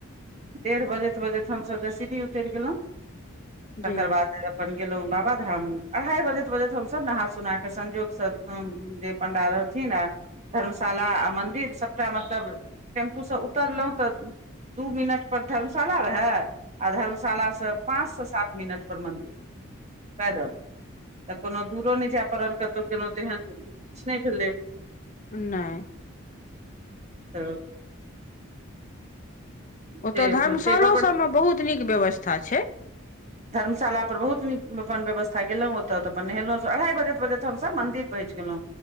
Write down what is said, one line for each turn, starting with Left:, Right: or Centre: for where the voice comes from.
Right: डेढ़ बजैत बजैत हमसभ जे सीढ़ी उतरि गेलहुँ तकर
Left: जी
Right: बाद अपन गेलों बाबा धाम अढ़ाई बजैत बजैत हम सब नहा सुना के संजोग से जे पंडा रह हथिन आ धर्मशाला आ मन्दिर सभटा मतलब टेम्पूसँ उतरलौ तऽ दू मिनटपर धर्मशाला रहे आ धर्मशालास से पाँच से सात मिनट पर मंन्दिर पैदल तऽ कोनो दूरो नहि जाय पड़ल कतहु कोनो तेहन किछु नहि भेलै
Left: नहि
Right: <unintelligible>
Left: ओतौ
Right: से
Left: धर्मशलो
Right: से बड़
Left: सभमे बहुत नीक व्यवस्था छै
Right: धर्मशाला पर बहुत नीक अपन व्यवस्था गेलौओतऽ तऽ अपन नहेलौ अढ़ाइ बजे बजे तक हमसभ मन्दिर पहुँच गेलौ